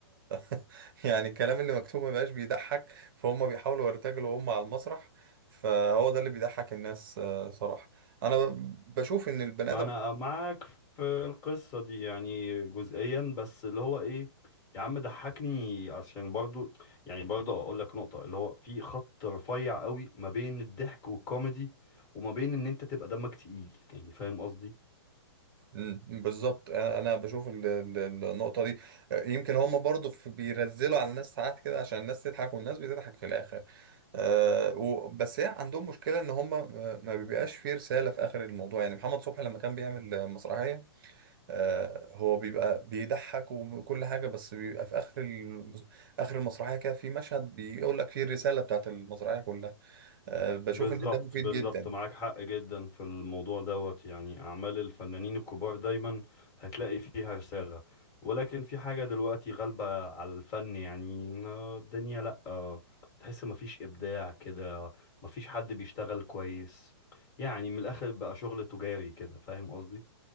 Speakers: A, on the right; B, on the left.
A: <laughs> يعني الكلام اللي مكتوب ما بقاش بيضحك فهم بيحاولوا يرتجلوا هم على المسرح فهو ده اللي بيضحك الناس آه، صراحة أنا ب- بشوف إن البني
B: ما
A: آدم
B: انا معاك في القصة دي يعني جزئيا بس اللي هو ايه يا عم ضحكني عشان برضو يعني برضو اقول لك نقطة اللي هو في خط رفيع قوي ما بين الضحك والكوميدي وما بين ان انت تبقى دمك تقيل يعني فاهم قصدي
A: مم، بالظبط انا أنا بشوف ال- ال- ال- النقطه دي يمكن هم برضو في- بيرزلوا على الناس ساعات كده عشان الناس تضحك والناس بتضحك في الاخر أه و- بس هي عندهم مشكله ان هم آه، ما بيبقاش فيه رساله في اخر الموضوع يعني محمد صبحي لما كان بيعمل آه، مسرحيه أه هو بيبقى بيضحك وكل حاجه بس بيبقى في اخر المس- اخر المسرحيه كده في مشهد بيقول لك فيه الرساله بتاعت المسرحيه كلها أه بشوف
B: بالظبط
A: ان ده مفيد
B: بالظبط
A: جدا
B: معاك حق جدا في الموضوع دوت يعني أعمال الفنانين الكبار دايما هتلاقي فيها رسالة ولكن في حاجة دلوقتي غالبة على الفن يعني إن الدنيا لأ تحس مفيش إبداع كده مفيش حد بيشتغل كويس يعني من الآخر بقى شغل تجاري كده فاهم قصدي؟